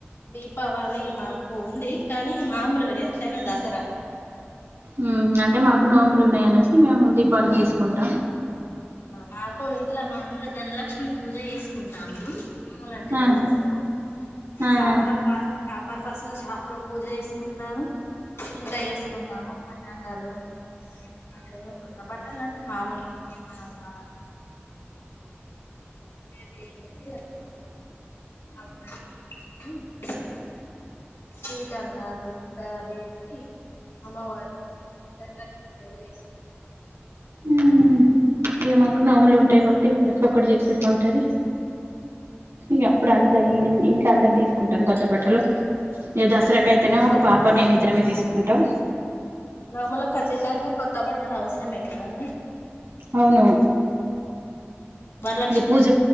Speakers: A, on the left; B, on the right.
A: దీపావళిమా ఒ ఉంది కానీ మామూలుగాని ఎట్లాయినా దసరా
B: ఉమ్ అంటే మాకు నోములు ఉన్నాయ అనేసి మేము దీపావళికి తీసుకుంటాం
A: మాకు ఇంట్లో మామలుగా ధనలక్ష్మి పూజ చేసి తీసుకుంటాం నోములు అంటే
B: ఆహా!
A: లేవు మకు
B: ఆ!
A: షాప్లలో పర్ షాప్ పర్పస్ లో షాపు లో పూజ చేసుకుంటాము ఇంట్లో చేసుకుంటాము పటాకాలు అట్టు కొత్త బట్టలు అంటే మామూలు <unintelligible> ఇది ఉంది కదా <inaudible> స్వీట్ అన్నారు <unintelligible> వీట్టి అమ్మవారు ధనలక్ష్మి పూజ చేసుకుం
B: ఉహ్మ్ ఇగ మాకు నోములు ఉంటాయి కాబట్టి ఇగ ప్రతి ఒక్కటి చేసుడే ఉంటది ఇగ అప్పుడంట్ల ఎ ఇంట్ల అందరు తీసుకుంటాం కొత్త బట్టలు ఇగ దసరాకే అయితేనో ఒక పాప నేను ఇద్రమే తీసుకుంటాం
A: నోములో ఖచ్చితంగా కొత్త బట్టలు అవసరమే కదా అండీ
B: అవును
A: వరలక్ష్మి
B: ఇక పూజ